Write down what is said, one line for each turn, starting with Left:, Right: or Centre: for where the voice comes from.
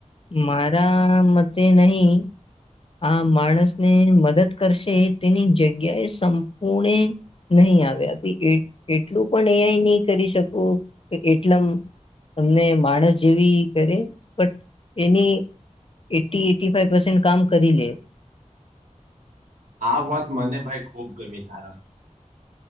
Left: મારા મતે નહી આ માણસને મદદ કરશે તેની જગ્યાએ સંપૂર્ણે નહી આવે એટલું પણ એ આઇ નહી કરી શકો કે એટલમ તમને માણસ જેવી કરે બટ એની એટી એટી ફાઇપ કામ કરી લે.
Right: આ વાત મને ભાઈ ખૂબ ગમી તારા.